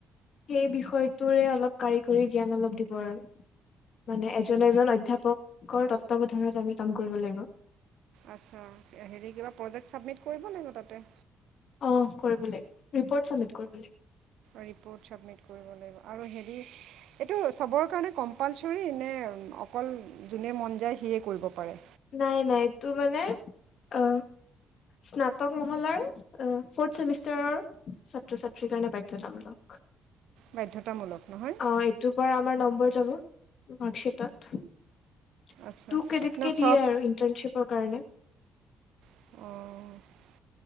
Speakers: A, on the left (about 60°); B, on the right (about 80°).
A: সেই বিষয়টোৰে অলপ কাৰিকৰী জ্ঞান অলপ দিব আৰু। মানে এজন-এজন অধ্যয়াপকৰ তত্বাৱধানত আমি কাম কৰিব লাগিব।
B: আচ্ছা এ হেৰি কিবা প্ৰজেক্ট ছাবমিট কৰিব লাগিব তাতে?
A: অঁ কৰিব লাগিব ৰিপৰ্ট ছাবমিট কৰিব লাগিব।
B: ৰিপ'ৰ্ট ছাবমিট কৰিব লাগিব আৰু হেৰি এইটো চবৰ কাৰণে কম্পালচৰি নে অকল যোনে মন যায় সিয়েই কৰিব পাৰে?
A: নাই-নাই এইটো মানে অ স্নাতক মহলাৰ ফৰ্থ চেমিষ্টাৰৰ ছাত্ৰ-ছাত্ৰীৰ কাৰণে বাধ্যতামূলক।
B: বাধ্যতামূলক নহয়?
A: হয় এইটোৰ পৰা আমাৰ নম্বৰ যাব মাৰ্কশ্বিটত। টু
B: আচ্ছা
A: ক্ৰেডিট
B: ন
A: কে দিয়ে
B: চব
A: আৰু ইন্টাৰ্ণশ্বিপৰ কাৰণে।
B: অঁ।